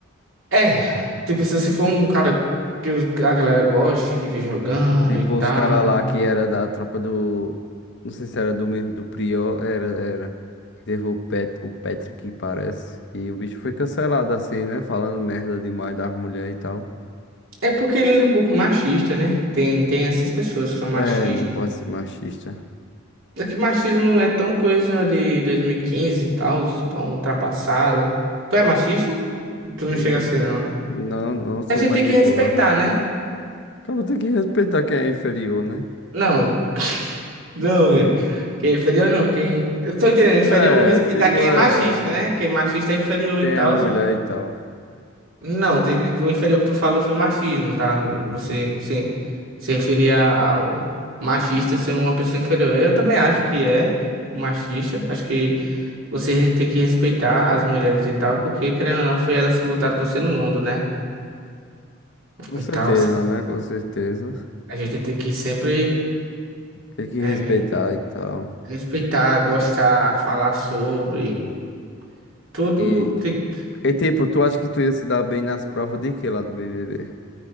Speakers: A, on the right (about 75°); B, on the left (about 60°).
A: É, tipo, se você for um cara que os- a galera goste de ver jogando
B: Tipo,
A: e tal.
B: os caras lá que era da tropa do. Não sei se era do mesmo, do Prior. Era, era. Que teve o, Pet, o Patrick, parece. E o bicho foi cancelado assim, né? Falando merda demais das mulheres e tal.
A: É porque ele é um pouco machista, né? Tem, tem essas pessoas que são machistas.
B: É, não pode ser machista.
A: É que machismo é tão coisa de dois mil e quinze e tal, tão ultrapassado. Tu é machista? Tu não
B: Hum,
A: chega assim, não, né?
B: Não, não sou
A: A gente
B: mais
A: tem que
B: de
A: respeitar,
B: boa.
A: né?
B: Acaba tem que respeitar quem é inferior, né?
A: Não, não, é- quem é inferior não, quem. Eu tô entendendo, inferior
B: É,
A: respeitar
B: tipo,
A: quem
B: é.
A: é machista, né? Quem é machista é inferior
B: Quem
A: e tal.
B: é mulher e tal.
A: Não, te- tu- eu o que tu falou foi machismo, tá? Você se, se referia ao machista ser uma pessoa inferior. Eu também acho que é o machista. Acho que você tem que respeitar as mulheres e tal, porque querendo ou não, foi elas que botaram você no mundo, né?
B: Com certeza,
A: E tal.
B: né? Com certeza.
A: A gente tem que sempre
B: Tem que
A: é,
B: respeitar e tal.
A: respeitar, gostar, falar sobre todo.
B: E,
A: te-
B: e tipo, tu acha que tu ia se dar bem nas provas de quê lá do BBB?